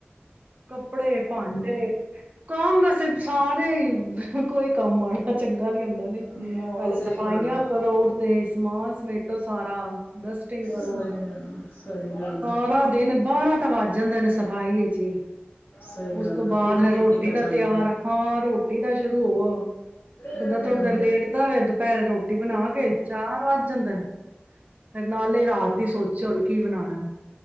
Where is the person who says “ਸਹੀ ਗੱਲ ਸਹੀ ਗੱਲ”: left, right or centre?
Left